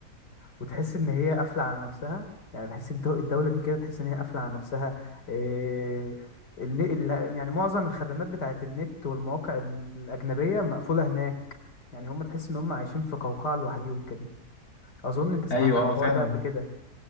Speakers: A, on the left; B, on the left.
A: وتحس ان هي قافله على نفسها يعني بحس الدو- الدوله دي كده تحس ان هي قافله على نفسها إيه... ال... ال... يعني معظم الخدمات بتاعت النت والمواقع الاجنبيه مقفوله هناك يعني هم تحس ان هم عايشين في قوقعه لوحديهم كده اظن انت سمعت
B: ايوه
A: عن
B: اه
A: الحوار
B: فعلا
A: ده قبل كده